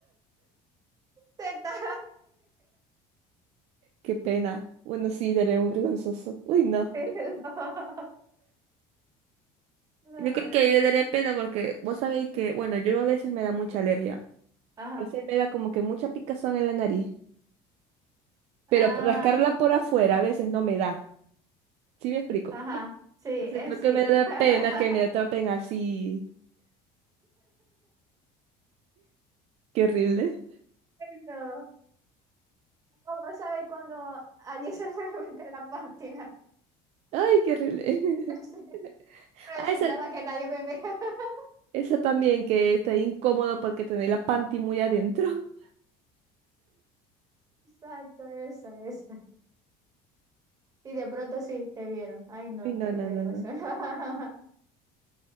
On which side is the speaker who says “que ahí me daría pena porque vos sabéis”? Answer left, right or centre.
Right